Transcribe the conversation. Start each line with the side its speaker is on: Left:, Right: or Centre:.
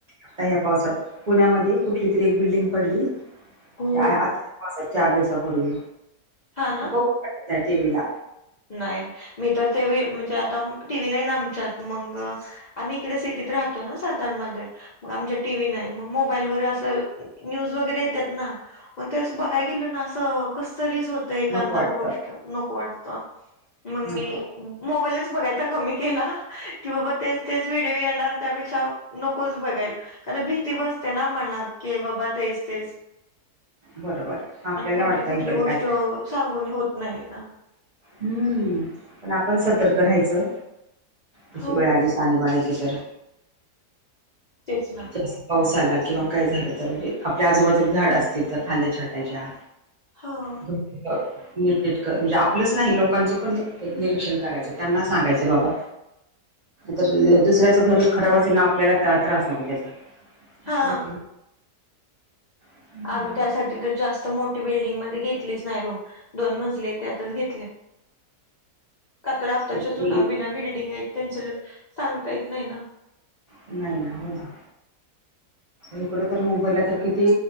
Right: आता ह्या पावसात पुण्यामध्ये कुठली तरी एक बिल्डिंग पडली
Left: हो
Right: काय आता हो चार दिवसापूर्वी
Left: हा ना
Right: बघु वाटत नाही टीव्हीला
Left: नाही मी तर त्यावेळी म्हणजे आता टी. व्ही नाही ना आमच्यात मग आम्ही इकडे सिटीत राहतो ना सातारमध्ये मग आमच्या टी. व्ही नाही मग मोबाईलवर असं न्यूज वगैरे येतात ना मग ते असं बघाय गेल ना कसतरीच होत तर एखादा
Right: नको वाटत
Left: गोष्ट नको वाटत मग मी
Right: नको
Left: म मोबाईलच बघायचा कमी केला की बाबा तेच तेच व्हिडिओ येणार. त्यापेक्षा नकोच बघायला कारण भीती बस ते ना मनात की बाबा तेच तेच.
Right: बरोबर आपल्याला
Left: आणि कुठली
Right: वाटतं
Left: कुठली
Right: इकडे
Left: गोष्ट
Right: काय
Left: सांगूनी होत नाही ना.
Right: हम्म पण आपण सतर्क राहायचं तशी
Left: हो
Right: वेळ आलीच आणी बानी ची तर
Left: तेच ना
Right: जास्त पाऊस झाला किंवा काही झालं तर म्हणजे आपल्या आजूबाजूला झाड असतील त्या फांद्या छाटाच्या
Left: हा
Right: <inaudible> नीटनीटक म्हणजे आपलंच नाही लोकांचं पण निरीक्षण करायचं त्यांना सांगायचं बाबा तर दुसऱ्याच घर उखडावयाच ना आपल्याला त्रास नको त्याचा
Left: हा
Right: होतं
Left: आम्ही त्यासाठी तर जास्त मोठी बिल्डिंगमध्ये घेतलीच नाही रूम दोन मजले आहेत त्यातच घेतलीय का तर आताच्या
Right: मोठी
Left: जुन्या
Right: बिल्डिंग
Left: बिन्या बिल्डिंग आहेत त्याच सांगता येत नाही ना
Right: नाही नाही हो ना इकडं तर मुंबईला तर किती